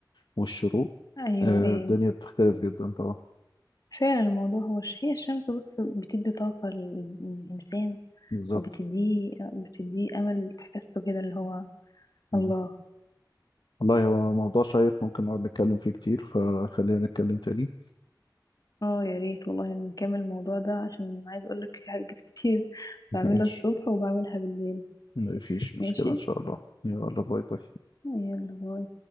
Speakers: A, on the left; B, on the left.
A: والشروق
B: أيوة
A: آه،
B: أيوه
A: الدنيا بتختلف جدا طبعا
B: فعلا الموضوع هو الش- هي الشمس بص بتدي طاقة لل- للإنسان
A: بالظبط
B: وبتديه بتديه أمل تحسه كده اللي هو
A: مم.
B: الله
A: والله هو موضوع شيق ممكن نقعد نتكلم فيه كتير فخلينا نتكلم تاني
B: اه يا ريت والله نكمل الموضوع ده عشان عايز أقولك في حاجات كتير
A: <laughs>
B: بعملها
A: ماشي
B: الصبح وبعملها بالليل
A: مفيش مشكلة
B: ماشي
A: إن شاء الله يلا باي باي
B: يلا باي